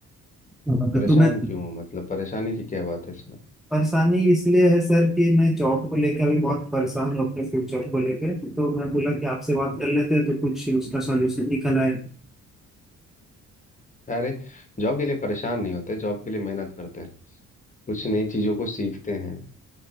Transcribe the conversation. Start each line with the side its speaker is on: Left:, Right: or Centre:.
Centre: मैं
Left: परेशान
Centre: तो मैं
Left: क्यों हो मतलब परेशानी की क्या बात है इसमें
Centre: परेशानी इसलिए है सर कि मैं जॉब को लेकर अभी बहुत परेशान हूँ अपने फ्यूचर को लेकर तो मैं बोला कि आपसे बात कर लेते हैं तो कुछ उसका सॉल्यूशन निकल आए
Left: अरे जॉब के लिए परेशान नहीं होते जॉब के लिए मेहनत करते हैं कुछ नई चीज़ों को सीखते हैं